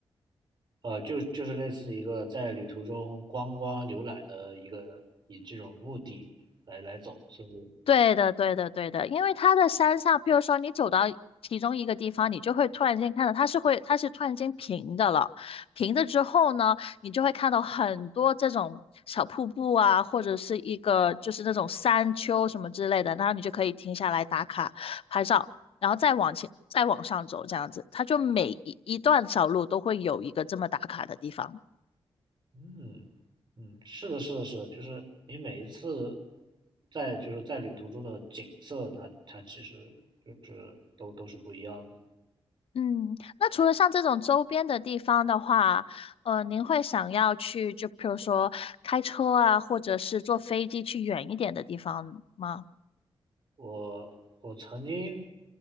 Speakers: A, on the right; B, on the left.
A: 呃，就就是类似一个在旅途中观光浏览的一个以这种目的来来走，所以
B: 对的，对的，对的，因为它的山上，譬如说你走到其中一个地方，你就会突然间看到它是会，它是突然间平的了。平的之后呢，你就会看到很多这种小瀑布啊，或者是一个就是那种山丘什么之类的，然后你就可以停下来打卡拍照，然后再往前，再往上走，这样子，它就每一一段小路都会有一个这么打卡的地方。
A: 嗯嗯，是的，是的，是的，就是你每一次在就是在旅途中的景色，它它其实就是都都是不一样的。
B: 嗯，那除了像这种周边的地方的话，呃，您会想要去，就比如说开车啊，或者是坐飞机去远一点的地方吗？
A: 我我曾经